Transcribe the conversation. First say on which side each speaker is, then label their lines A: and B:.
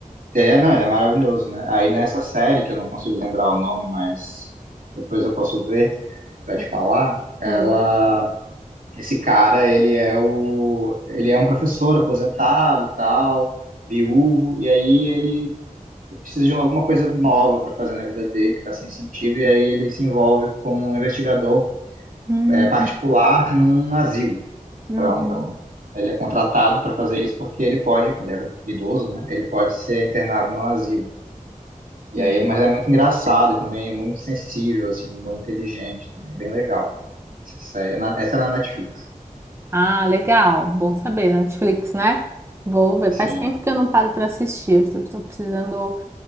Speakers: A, on the right (about 75°); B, on the right (about 20°).
A: ele é, não, ele é maravilhoso, né? Aí nessa série que eu não consigo lembrar o nome, mas depois eu posso ver pra
B: Sim.
A: te falar. Ela
B: Ah.
A: Esse cara, ele é o, ele é um professor aposentado, tal, viúvo, e aí ele precisa de alguma coisa nova para fazer na vida dele, que está sem sentido, e aí ele se envolve como um investigador
B: Hum,
A: é, particular num asilo.
B: uhum,
A: Pra um- é um- ele é contratado para fazer isso porque ele pode, como ele é idoso, né? Ele pode ser internado num asilo. E
B: uhum.
A: aí, mas é muito engraçado e também é muito sensível, assim, um humor inteligente também, é bem legal. Essa série, é na- essa é na Netflix.
B: Ah, legal. Bom saber, Netflix, né? Vou ver.
A: Sim,
B: Faz tempo que eu não paro para assistir. Estou precisando.